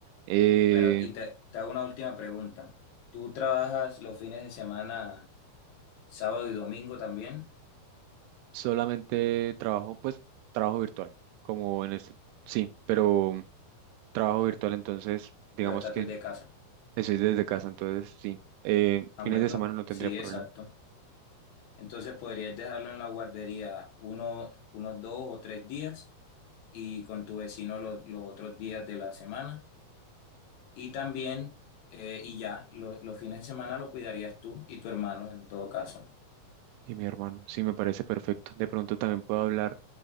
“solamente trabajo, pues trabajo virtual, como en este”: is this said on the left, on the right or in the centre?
Right